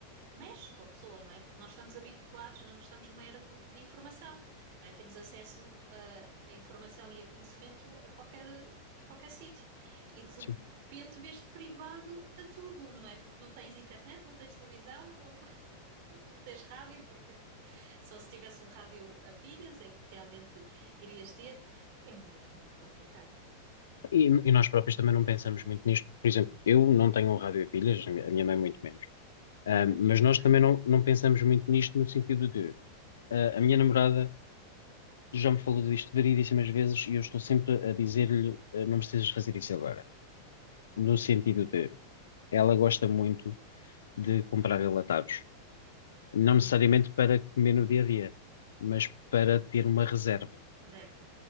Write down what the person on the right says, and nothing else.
mexe com a pessoa, não é? Porque nós estamos habituados, nós estamos numa era de, de informação, não é? Temos acesso a, a informação e a conhecimento a qualquer, em qualquer sítio. E de repente
vês-te privado a tudo, não é? Porque não tens internet, não tens televisão, não, não tens rádio, porque só se tivesse um rádio a pilhas é que realmente irias ter. É muito, muito complicado.
Pois
sim,
eu.
Hum,
verba.